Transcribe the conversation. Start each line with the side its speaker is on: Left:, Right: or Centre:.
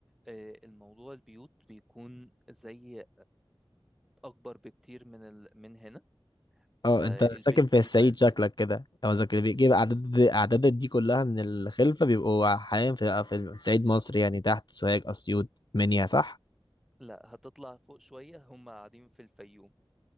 Centre: آه، الموضوع البيوت بيكون زي أكبر بكتير من ال... من هنا
Left: <laughs> اه
Centre: فالبيت
Left: انت ساكن في
Centre: بيبقى
Left: الصعيد شكلك كده او اذا كده بيجيب اعداد اعدادات دي كلها من الخلفه بيبقوا حاليا في في صعيد مصر يعني تحت سوهاج اسيوط منيا صح
Centre: لا هتطلع فوق شوية هم قاعدين في الفيوم